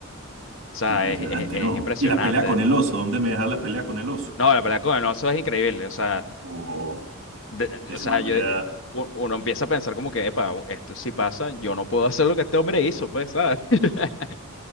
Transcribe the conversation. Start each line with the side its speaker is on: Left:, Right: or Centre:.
Left: O sea,
Right: Impresionante,
Left: es, es- es
Right: ¿no?
Left: impresionante.
Right: Y la pelea con el oso, ¿dónde me dejas la pelea con el oso?
Left: No, la pelea con el oso es increíble. O sea,
Right: Oh,
Left: de-
Right: ese
Left: o sea,
Right: man
Left: yo,
Right: queda
Left: eh, u- uno empieza a pensar como que, epa, esto sí pasa, yo no puedo hacer lo que este hombre hizo, pues, ¿sabes? <laughs>